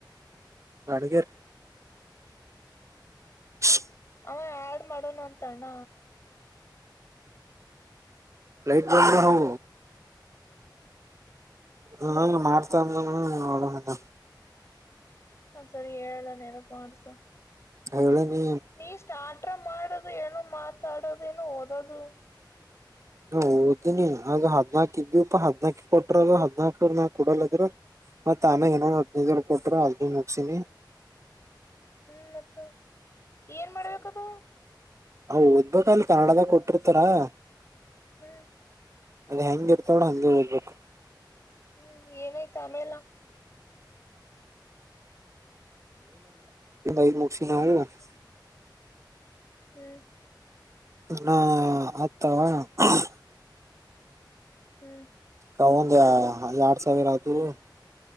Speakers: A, on the right; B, on the left.
A: ಅಡುಗೆ ರಿ <inaudible> <inaudible>
B: ಅವ ಯಡ್ ಮಾಡೋಣ ಅಂತ ಅಣ್ಣ
A: ಲೈಟ್ ಬಂದ್ರ ಅವು ಹಾ ಮಾಡ್ತಾ ಅಂದ ನೋಡ ಮಾಂತಾ
B: ಒಂದ್ ಸರಿ ಹೇಳು ನೆನಪು ಮಾಡ್ಸು
A: ಹೇಳ ನೀ
B: ನೀ ಸ್ಟಾರ್ಟ್ರ ಮಾಡದು ಏನೋ ಮಾತಾಡೋದು ಏನೋ ಓದದು
A: ನಾ ಓದೀನಿ ಆಗ ಹದ್ನಾಕ ಇದ್ವಿಪ ಹದ್ನಾಕ ಕೊಟ್ರಾಗ ಹದ್ನಾಕ ನ ಕೊಡಲ್ಲದ್ರ ಮತ್ತ ಆಮೇ ಏನೋ ಹದಿನೈದು ಕೊಟ್ಟರು ಹದ್ ನೈದು ಮುಗಗ್ಸಿನಿ
B: ಹ್ಮ್ ಮತ್ತ ಏನ್ ಮಾಡ್ಬೇಕದು <unintelligible>
A: ಹ ಓದ್ಬೇಕಕ್ ಅಲ್ಲಿ ಕನ್ನಡದಾಗ ಕೊಟ್ಟಿರ್ತಾರಾ <unintelligible>
B: ಹ್ಮ್ <unintelligible>
A: ಅದ ಹೆಂಗ ಇರ್ತಾವ್ರ ಹಂಗೆ ದ್ಬೇಕು <unintelligible>
B: ಹ್ಮ್ ಏನಾಯ್ತು ಆಮೇಲೆ <unintelligible>
A: ಏನೆೈಗ್ ಮುಗಸ ನಾವು <unintelligible>
B: ಹ್ಮ್ <unintelligible>
A: ಹಾ ಆತವಾ <unintelligible>
B: ಹ್ಮ್ <unintelligible>
A: ಕೌಂದ ಎರಡ್ ಸಾವಿರ ಆತು <unintelligible>